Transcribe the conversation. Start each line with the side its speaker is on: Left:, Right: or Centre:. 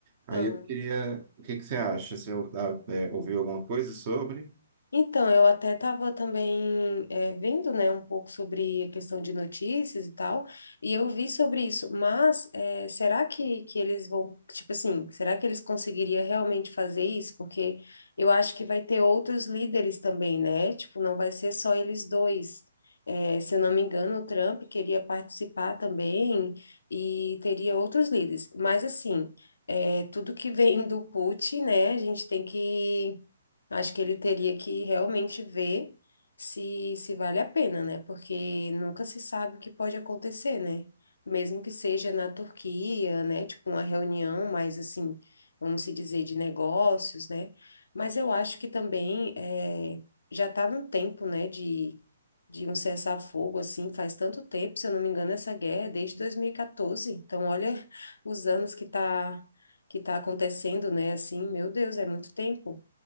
Right: Aí
Left: Então.
Right: eu queria, o que que você acha? Você eu ah, é, ouviu alguma coisa sobre?
Left: Então, eu até estava também eh, vendo, né, um pouco sobre a questão de notícias e tal, e eu vi sobre isso, mas eh, será que, que eles vão, tipo assim, será que eles conseguiriam realmente fazer isso? Porque eu acho que vai ter outros líderes também, né? Tipo, não vai ser só eles dois. Eh, se eu não me engano, o Trump queria participar também e teria outros líderes, mas assim, eh, tudo que vem do Putin, né, a gente tem que Acho que ele teria que realmente ver se, se vale a pena, né? Porque nunca se sabe o que pode acontecer, né? Mesmo que seja na Turquia, né? Tipo, uma reunião mais assim, vamos se dizer, de negócios, né? Mas eu acho que também é, já está no tempo, né? De, de um cessar-fogo, assim, faz tanto tempo, se eu não me engano, essa guerra é desde 2014. Então, olha <laughs> os anos que tá, que tá acontecendo, né? Assim, meu Deus, é muito tempo.